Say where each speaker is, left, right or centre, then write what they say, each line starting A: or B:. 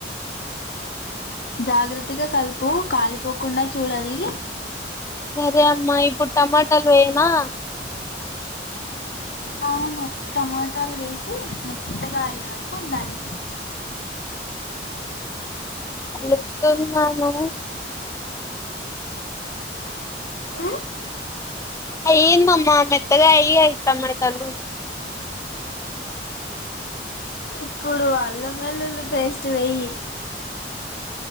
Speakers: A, on the left; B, on the left.
A: జాగ్రత్తగా కలుపు కాలిపోకుండా చూడాలి
B: సరే అమ్మా ఇప్పుడు టమాటాలు వేనా
A: అవును టమాటాలు వేసి మెత్తగా అయ్యే వరకు ఉండాలి
B: అలుప్తోన్నానా
A: ఆ
B: అయన్ మమ్ మెత్తగా అయ అయితమ్మాదను
A: ఇప్పుడు అల్ల మల్లులు పేస్ట్ వయ్య